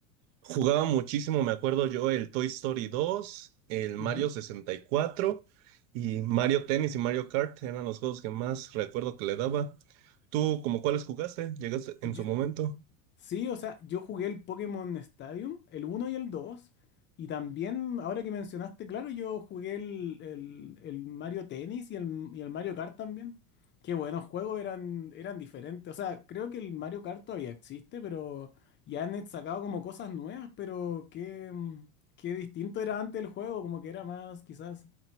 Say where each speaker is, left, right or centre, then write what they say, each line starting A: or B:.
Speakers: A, on the right; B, on the left.
A: Jugaba muchísimo, me acuerdo yo, el Toy Story dos, el Mario
B: Ujú.
A: sesenta y cuatro y Mario Tennis y Mario Kart eran los juegos que más recuerdo que le daba. ¿Tú como cuáles jugaste? ¿Llegaste en
B: Yo,
A: su momento?
B: Sí, o sea, yo jugué el Pokémon Stadium, el uno y el dos y también, ahora que mencionaste, claro, yo jugué el, el- el Mario Tennis y el, y el Mario Kart también. Qué buenos juegos, eran, eran diferentes. O sea, creo que el Mario Kart todavía existe, pero ya han sacado como cosas nuevas, pero qué, mm, qué distinto era antes el juego, como que era más, quizás,